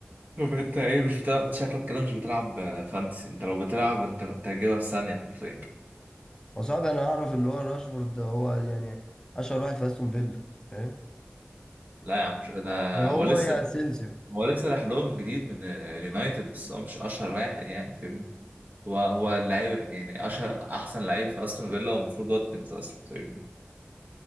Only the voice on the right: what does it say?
طب انت ايه مش بتلعب انت شكلك كده مش بتلعب آه، فانتسي انت لو بتلعب انت كنت هتجيبها في ثانيه حرفيا
لا يا عم مش ده
هو لسه
هو لسه راح لهم جديد من اليونايتد بس هو مش اشهر واحد يعني فاهمني هو هو
اللعيب يعني اشهر احسن لعيب في استون فيلا والمفروض واتكنز اصلا فاهمني يعني